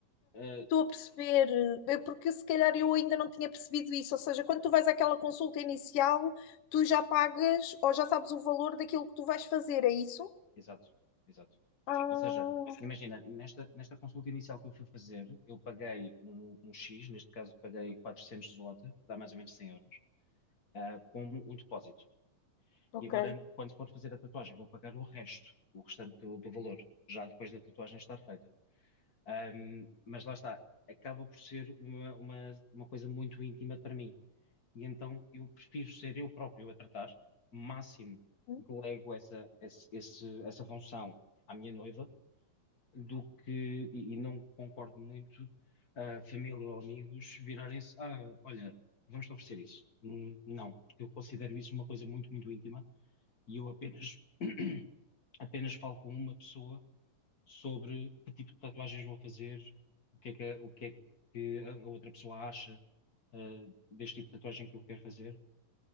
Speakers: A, on the left (about 45°); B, on the left (about 75°).
A: eh,
B: Estou a perceber, eh, porque se calhar eu ainda não tinha percebido isso. Ou seja, quando tu vais àquela consulta inicial, tu já pagas ou já sabes o valor daquilo que tu vais fazer, é isso?
A: exato, exato.
B: Ah,
A: Ou seja, imagina, nesta, nesta consulta inicial que eu fui fazer, eu paguei um, um X, neste caso paguei 400 zloty, que dá mais ou menos 100 euros, ah, como um depósito.
B: ok.
A: E agora, quando for fazer a tatuagem, vou pagar o resto, o restante do, do valor, já depois da tatuagem estar feita. Ahm, mas lá está, acaba por ser uma, uma, uma coisa muito íntima para mim. e então eu prefiro ser eu próprio a tratar, máximo
B: Hum,
A: delego essa, esse- esse- essa função à minha noiva, do que, e, e não concordo muito, a família ou amigos virarem-se, ah, olha, vamos-te oferecer isso. Hum, Não, porque eu considero isso uma coisa muito, muito íntima e eu apenas, <clears throat> apenas falo com uma pessoa sobre que tipo de tatuagens vou fazer, o que é que, o que é que a outra pessoa acha, ah, deste tipo de tatuagem que eu quero fazer